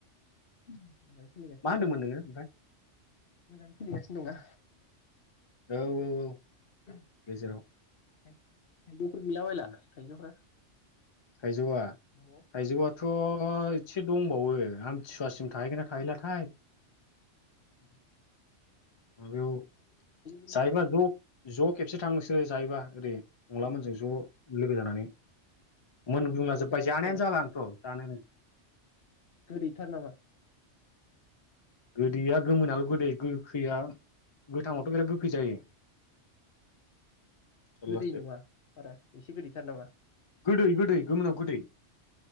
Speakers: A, on the left; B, on the left.
A: मोजाङै सोलिगासिनोना
B: मा होनदोंमोन
A: दा
B: नोङो ओमफ्राय
A: मोजाङै सोलिगासिनो दङ ना
B: औ औ औ
A: औ
B: गेजेराव
A: <inaudible> थाइजौफोर गैला बायला
B: उम
A: थाइजौफ्रा
B: थाइजौआ थाइजौआथ'
A: नो
B: एसे दंबावो आमथिसुवासिम थाहैगोन ना थाहैलाथाय
A: उम
B: बेयाव
A: गोसोम
B: जायोबा
A: सोम
B: ज' ज' खेबसे थां नोंसोरो जायोबा ओरै हंलामोनजों
A: न'आव
B: ज' लोगो जानानै मोनग्लुंला जोबबाय
A: जाहैसै
B: जानायानो
A: र'
B: जाला आंथ' जानोनो
A: गोदैथार नामा
B: गोदैया गोमोनाल' गोदै गोखैया गोथाङावथ' बिराद गोखै जायो जारलासो
A: गोदै नङा बारा एसे गोदैथार नामा
B: गोदै गोदै गोमोनाव गोदै